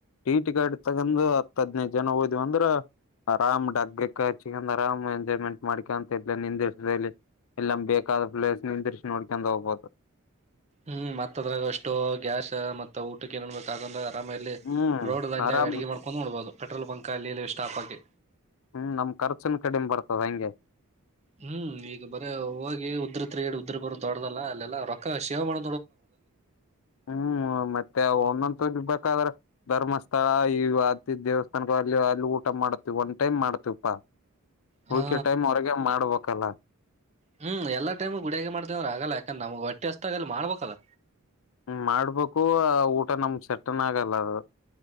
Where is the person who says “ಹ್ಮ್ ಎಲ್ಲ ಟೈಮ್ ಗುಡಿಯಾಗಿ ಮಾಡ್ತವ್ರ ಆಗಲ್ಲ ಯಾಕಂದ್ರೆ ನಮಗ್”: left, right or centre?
Right